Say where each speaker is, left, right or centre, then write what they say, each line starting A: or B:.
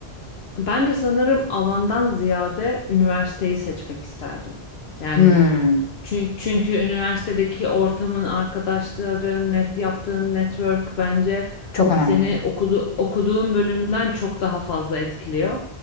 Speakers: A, on the left; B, on the left.
A: ben de sanırım alandan ziyade üniversiteyi seçmek isterdim. Yani
B: Hmm,
A: çünkü, çünkü üniversitedeki ortamın, arkadaşların, net yaptığın network bence
B: çok önemli.
A: seni
B: bu.
A: okudu, okuduğun bölümden çok daha fazla etkiliyor.